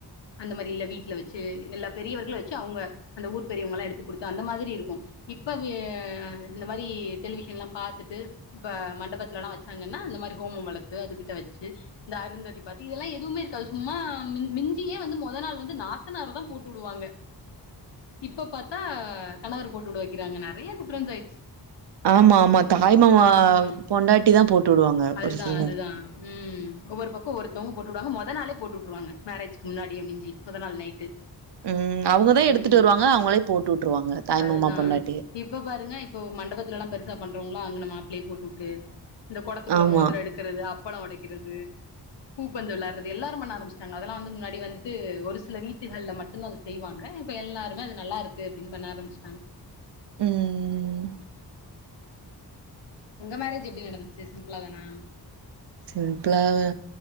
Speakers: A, on the left (about 85°); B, on the right (about 70°).
A: அந்த மாரி இல்ல வீட்ல வச்சி எல்லா பெரியவர்களு வச்சி அவுங்க அந்த ஊர் பெரியவங்கல்லா எடுத்து குடுத்தா அந்த மாதிரி இருக்கு இப்ப வே இந்த மாரி டெலிவிஷன்லா பாத்துட்டு இப்ப மண்டபத்துலலா வச்சாங்கன்னா அந்த மாரி ஹோமம் வளத்து அதுக்கிட்ட வச்சு இந்த அருந்ததி பத்தி இதெல்லா எதுவுமே இருக்காது சும்மா மின் மின்ஞ்சியே வந்து மொத நாள் வந்து நாத்தனார் தா போட்டு உடுவாங்க இப்ப பாத்தா கணவரு போட்டு உட வெக்கிறாங்க நெறைய டிஃப்பரென்ஸ் ஆயிச்சு
B: ஆமா ஆமா தாய் மாமா
A: ம்
B: பொண்டாட்டி தா போட்டு உடுவாங்க
A: அதுதா
B: ஒரு சிலர்
A: அதுதா ம் ஒவ்வொரு பக்கோ ஒர்த்தோவ்ங்க போட்டு உடுவாங்க மொத நாளே போட்டு உட்ருவாங்க மேரேஜ்கு முன்னாடியே மிஞ்சி மொத நாள் நைட்டு
B: ம் அவுங்கதா எடுத்துட்டு
A: ம்
B: வருவாங்க அவுங்களே போட்டு உட்டுருவாங்க தாய்மாமா
A: அதுதா
B: பொண்டாட்டி
A: இப்ப பாருங்க இப்ப மண்டபத்துல லா பெருசா பண்றவங்களா அங்கன மாப்ளே போட்டு உட்டு இந்த கொடத்துக்குள்ள
B: ஆமா
A: மோதர எடு க்கிறது அப்பளோ ஒடைக்கிறது பூப்பந்து வெளாடுறது எல்லாரு பண்ண ஆரம்பச்சிடாங்க அதெல்லா வந்த முன்னாடி வந்துட்டு ஒரு சில வீட்டுகள்ல மட்டுதா செய்வாங்க இப்ப எல்லாருமே அது நல்லா இருக்கு அப்பிடினு பண்ண ஆரம்பச்சிட்டாங்க
B: ம் ம் ம் ம்
A: உங்க மேரேஜ் எப்டி நடந்துச்சு சிம்பிளா தானா
B: சிம்பிளா வா